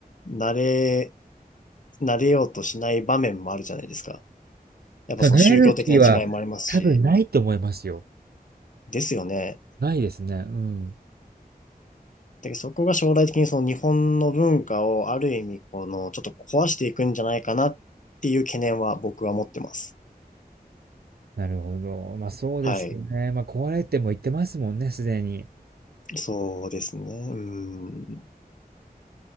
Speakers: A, on the left; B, on the right.
A: う、慣れ、慣れようとしない場面もあるじゃないですか。やっぱその宗教的な違いもありますし、
B: ただ、慣れる気は多分ないと思いますよ。
A: ですよね。
B: ないですね。うん。
A: で、そこが将来的にその日本の文化をある意味このちょっと壊していくんじゃないかなっていう懸念は僕は持ってます。
B: なるほど。まあそうですよね。
A: はい。
B: まあ壊れても言ってますもんね、すでに。
A: そうですね。うん。